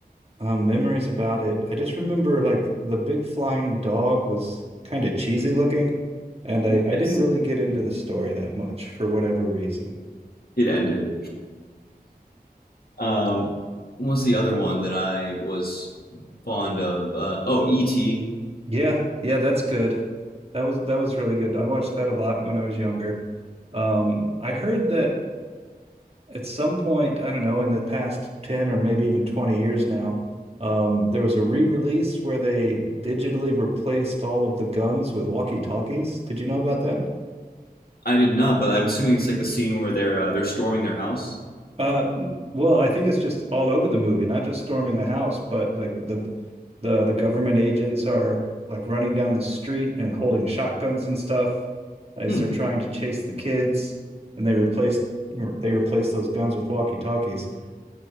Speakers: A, on the right; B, on the left.
A: um, memories about it. I just remember like the big flying dog was kind of cheesy looking, and I,
B: Yes.
A: I didn't really get into the story that much for whatever reason.
B: It ended. Um, what was the other one that I was fond of? Uh, oh, E.T.
A: Yeah, yeah, that's good. That was that was really good. I watched that a lot when I was younger. Um, I heard that at some point, I don't know, in the past 10 or maybe even 20 years now, um, there was a re-release where they digitally replaced all of the guns with walkie-talkies. Did you know about that?
B: I did not, but I'm assuming it's like the scene where they're uh, they're storming their house.
A: Uh, well, I think it's just all over the movie, not just storming the house, but like the the the government agents are like running down the street and holding shotguns and stuff as
B: Hmm,
A: they're trying to chase the kids, and they replaced they replaced those guns with walkie-talkies.